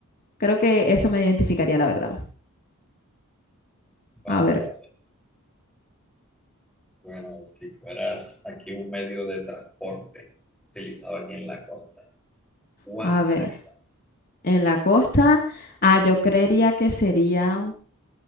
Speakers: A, on the left; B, in the centre.
A: Creo que eso me identificaría, la verdad.
B: Vale,
A: A ver,
B: vale. Bueno, si fueras aquí un medio de transporte utilizado aquí en la costa, ¿cuál
A: a ver.
B: serías?
A: En la costa, ah, yo creería que sería,